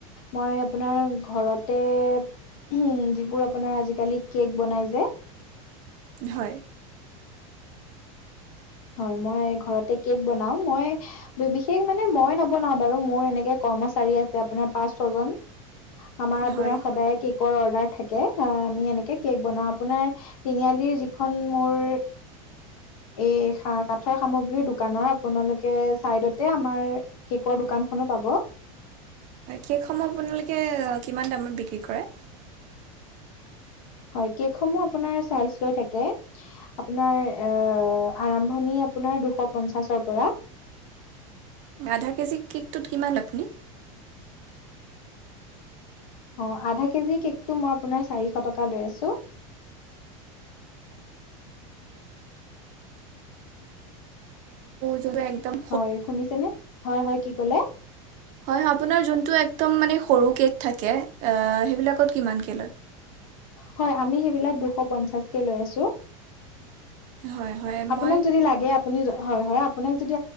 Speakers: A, on the left; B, on the right.
A: মই আপোনাৰ ঘৰতে উম যিবোৰ আপোনাৰ আজিকালি কেক বনাই যে।
B: হয়।
A: হয় মই ঘৰতে কেক বনাও মই বিশেষ মানে মই নবনাও বাৰু মোৰ এনেকে কৰ্মচাৰী আছে আপোনাৰ পাঁচ ছয় জন আমাৰ আপোনাৰ
B: হয়
A: সদায় কে অৰ্ডাৰ থাকে আমি এনেে কেক বও আপোনাৰ তিনিআলি যিখন মোৰ এই কাঠৰ সামগ্ৰীৰ দোকানৰ আপোনালোকে চাইডতে আমাৰ কেকৰ দোকানখন পাব। <inaudible>
B: কেকসমূহ আপোনালোকে কিমান দামত বিক্ৰী কৰে?
A: হয় কেকসমূহ আপোনাৰ চাইজ লৈ থাকে আপোনাৰ আৰম্ভনি অপোনাৰ দুশ পঞ্চাচৰ পৰা।
B: আধা কেজি কেকটোত কিমান লয় আপুনি?
A: অ আধা কেজি কেকটো মই আপোনাৰ চাৰিশ টকা লৈ আছো। <inaudible>
B: ত একদম
A: হয় শুনিছেনে হয় হয় কি কলে?
B: হয় অপোনাৰ যোনটো একদম মানে সৰু কেক থাকে, অ সেইবিলাকক কিমান থাকে।
A: হয় আমি সেইবিলাক দুশ পঞ্চাছকে লৈ আছোঁ।
B: হয় হয়
A: আপোনাক
B: মই
A: যদি লাগে আপুনি হয় হয় আপোনাক যদি